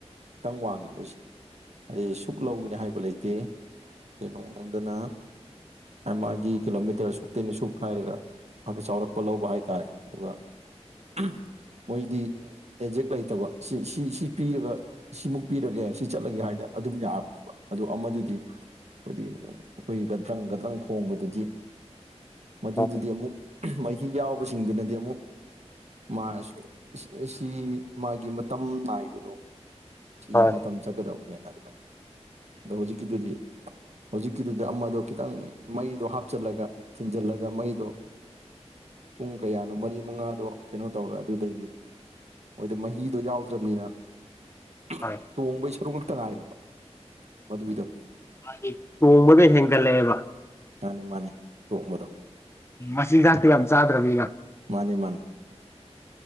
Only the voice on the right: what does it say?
ꯈꯤꯇꯪ ꯋꯥꯡꯉꯦ ꯃꯣꯏꯁꯦ ꯑꯗꯩ ꯁꯨꯛ ꯂꯧꯍꯥꯏꯕꯗꯤ ꯂꯩꯇꯦ ꯀꯅꯣꯝꯗꯅ ꯑ ꯃꯥꯒꯤ ꯀꯤꯂꯣꯃꯤꯇꯔ ꯑꯁꯨꯨꯛꯇꯒꯤꯅ ꯑꯁꯨꯛ ꯍꯥꯏꯔꯒ ꯍꯥꯏꯐꯠ ꯆꯥꯎꯔꯥꯛꯄ ꯂꯧꯕ ꯍꯥꯏꯇꯥꯔꯦ ꯑꯗꯨꯒ ꯑꯍꯝ ꯃꯣꯏꯗꯤ ꯑꯦꯖꯦꯛ ꯂꯩꯇꯕ ꯁꯤ ꯁꯤ ꯁꯤ ꯄꯤꯔꯒ ꯁꯤꯃꯨꯛ ꯄꯤꯔꯒꯦ ꯁꯤ ꯆꯠꯂꯒꯦ ꯍꯥꯏꯗ ꯑꯗꯨꯝ ꯌꯥꯕꯅꯦꯕ ꯑꯗꯣ ꯑꯃꯗꯨꯗꯤ ꯑꯈꯣꯏꯗꯤ ꯑꯩꯈꯣꯏ ꯒꯗ꯭ꯔꯪ ꯒꯗ꯭ꯔꯪ ꯈꯣꯡꯕꯗꯨꯗꯤ ꯃꯗꯨꯗꯗꯤ
ꯑꯃꯨꯛ ꯃꯍꯤ ꯌꯥꯎꯕꯁꯤꯡꯗꯨꯅꯗꯤ ꯑꯃꯨꯛ ꯃꯥ ꯁꯤꯑꯁꯤ ꯃꯥꯒꯤ ꯃꯇꯝ ꯅꯥꯏꯕꯗꯣ ꯁꯤ
ꯃꯇꯝ ꯆꯥꯠꯀꯗꯕꯅꯦꯅ ꯑꯗꯨꯝ ꯑꯗꯣ ꯍꯧꯖꯤꯛꯀꯤꯗꯨꯗꯤ ꯍꯧꯖꯤꯛꯀꯤꯗꯨꯗ ꯑꯃꯗꯣ ꯈꯤꯇꯪ ꯃꯩꯗꯣ ꯍꯥꯞꯆꯤꯜꯂꯒ ꯊꯤꯟꯖꯤꯜꯂꯒ ꯃꯩꯗꯣ ꯄꯨꯡ ꯀꯌꯥꯅꯣ ꯃꯔꯤ ꯃꯉꯥꯗꯣ ꯀꯩꯅꯣ ꯇꯧꯔꯦ ꯑꯗꯨꯗꯩꯗꯤ ꯍꯣꯏꯗ ꯃꯍꯤꯗꯣ ꯌꯥꯎꯗ꯭ꯔꯕꯅꯤꯅ <unintelligible>
ꯇꯣꯡꯕꯩ ꯁꯔꯨꯛ ꯉꯛꯇ ꯉꯥꯏꯔꯕ ꯃꯗꯨꯒꯤꯗꯣ
ꯃꯥꯅꯤ ꯃꯥꯅꯤ ꯇꯣꯡꯕꯗꯣ
ꯅꯤ ꯃꯥꯟ